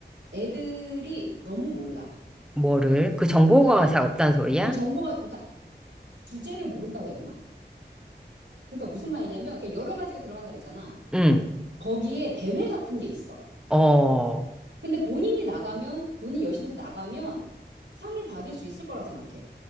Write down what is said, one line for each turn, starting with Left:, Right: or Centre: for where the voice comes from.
Right: 애들이 너무 몰라.
Centre: 뭐를? 그 정보가
Right: 그러니까 이러-
Centre: 잘 없다는 소리야?
Right: 그 정보가 그러니까 주제를 모른다고 해야 되나? 그러니까 무슨 말이냐면 그러니까 여러 가지가 들어간다 그랬잖아.
Centre: 음,
Right: 거기에 대회 같은 게 있어.
Centre: 어.
Right: 근데 본인이 나가면 본인이 열심히 해서 나가면 상을 받을 수 있을 거라 생각해.